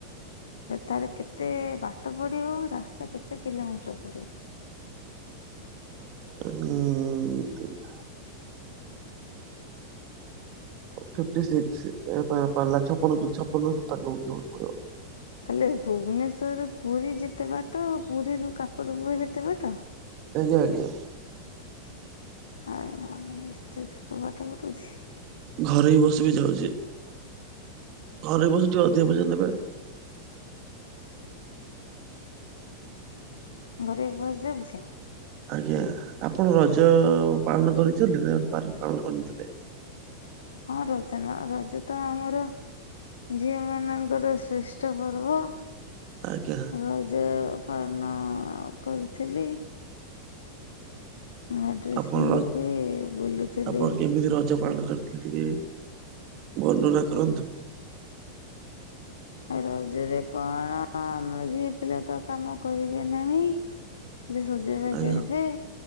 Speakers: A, on the left; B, on the right.
A: ତାର କେତେ ବାଟ ପଡିବ ରାସ୍ତା କେତେ କିଲୋମିଟର ପଡିବ?
B: ହୁଁ ଠିକ। ଫିଫ୍ଟି ସିକ୍ସି ପାଲା ଛପନ ଛପନ ସତର କିଲୋମିଟର ଭ ପଡିବ।
A: ତାହେଲେ ଭୁବନେଶ୍ଵରରୁୁ ପୁରୀ ଯେତେ ବାଟ ପୁରୀରୁୁ କାକଟ ପୁର ଯେତେ ବାଟ।
B: ଆଜ୍ଞା ଆଜ୍ଞା।
A: ଆରେ ଏତେ ଦୂର ବାଟ ପଡୁଛି।
B: ଘରେଇ ବସ ବିି ଯାଉଛି। ଘରେଇ ବସ୍ ଟିକେ ଅଧିକା ପଇସା ନେବେ।
A: ଘରେଇ ବସ୍ ଯାଉଚି।
B: ଆଜ୍ଞା ଆପଣ ରଜ ପାଳନ କରିଛନ୍ତି ନା ପା ପାଳନ କରିନଥିଲେ?
A: ହଁ ରଜନ ରଜ ତ ଆମର ଝିଅମାନଙ୍କର ଶ୍ରେଷ୍ଠ ପର୍ବ।
B: ଆଜ୍ଞା।
A: ରଜ ପାଳନ କରୁଥିଲି। ନୂଆ ଡ୍ରେସ୍
B: ଆପଣ
A: ପିନ୍ଧିକି
B: ର
A: ବୁଲୁଥିଲି।
B: ଆପଣ କେମିତି ରଜ ପାଳନ କରି ଟିକେ ବର୍ଣ୍ଣନା କରନ୍ତୁ।
A: ରଜରେ କଣ ଆମ ଝିଅ ପିଲା ତ କାମ କରିବେ ନାହିଁ। ଖାଲି ସଜବାଜ
B: ଆଜ୍ଞା
A: ହେବେ